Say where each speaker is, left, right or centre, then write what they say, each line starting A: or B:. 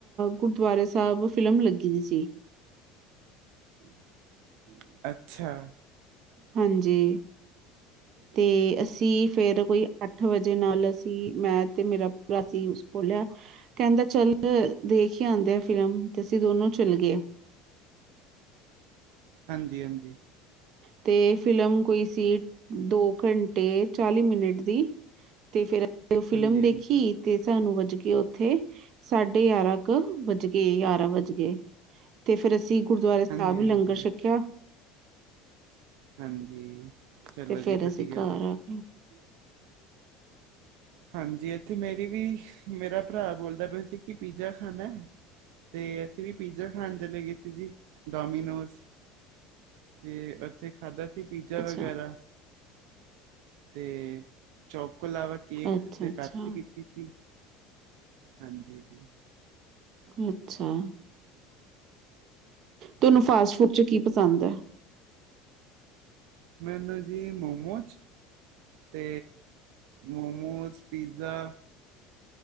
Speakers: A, on the right (about 50°); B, on the right (about 75°).
A: ਗੁਰਦੁਆਰੇ ਸਾਹਿਬ ਫਿਲਮ ਲੱਗੀ ਦੀ ਸੀ। <inaudible>
B: ਅੱਛਾ।
A: ਹਾਂਜੀ।
B: <inaudible>
A: ਤੇ ਅਸੀਂ ਫੇਰ ਕੋਈ ਅੱਠ ਵਜੇ ਨਾਲ ਅਸੀਂ ਮੈਂ ਤੇ ਮੇਰਾ ਭਰਾ ਸੀ ਬੋਲਿਆ ਕਹਿੰਦਾ ਚੱਲ ਦੇਖ ਹੀ ਆਉਂਦੇ ਆ ਫਿਲਮ ਤੇ ਅਸੀਂ ਦੋਨੋਂ ਚੱਲ ਗਏ।
B: ਹਾਂਜੀ ਹਾਂਜੀ।
A: ਤੇ ਫਿਲਮ ਕੋਈ ਸੀ ਦੋ ਘੰਟੇ ਚਾਲੀ ਮਿੰਟ ਦੀ। ਤੇ ਫੇਰ ਉਹ ਫਿਲਮ
B: ਹਾਂਜੀ
A: ਦੇਖੀ।
B: ਹਾਂਜੀ
A: ਤੇ ਸਾਨੂੰ ਵੱਜ ਕੇ ਉੱਥੇ ਸਾਢੇ ਗਿਆਰਾਂ ਕੁ, ਵੱਜ ਗਏ ਗਿਆਾਰਾਂ ਵੱਜ ਗਏ। ਤੇ ਫੇਰ ਅਸੀ ਗੁਰਦੁਆਰੇ ਸਾਹਿਬ
B: ਹਾਂਜੀ
A: ਲੰਗਰ
B: ਹਾਂਜੀ
A: ਛਕਿਆ।
B: ਹਾਂਜੀ ਚਲੋ
A: ਤੇ
B: ਜੀ
A: ਫਿਰ
B: ਵਧੀਆ।
A: <unintelligible>
B: ਹਾਂਜੀ ਏਥੇ ਮੇਰੀ ਵੀ ਮੇਰਾ ਭਰਾ ਬੋਲਦਾ ਪਿਆ ਸੀ ਕਿ ਪੀਜ਼ਾ ਖਾਣਾ ਐ। ਤੇ ਅਸੀ ਵੀ ਪੀਜ਼ਾ ਖਾਣ ਚਲੇ ਗਏ ਸੀ ਜੀ ਡੋਮੀਨੋਜ। <unintelligible> ਉਥੇ ਖਾਧਾ ਸੀ ਪੀਜ਼ਾ
A: ਅੱਛਾ
B: ਵਗੈਰਾ ਤੇ ਚੋਕੋ ਲਾਵਾ ਕੇਕ
A: ਅੱਛਾ
B: ਤੇ
A: ਅੱਛਾ
B: ਪੈਪਸੀ ਪੀਤੀ ਸੀ ਹਾਂਜੀ ਜੀ।
A: ਅੱਛਾ। ਤੁਹਾਨੂੰ ਫਾਸਟ ਫੂਡ ਚ ਕੀ ਪਸੰਦ ਐ।
B: ਮੈਨੂੰ ਜੀ ਮੋਮੋਜ਼ ਤੇ ਮੋਮੋਸ ਪੀਜ਼ਾ।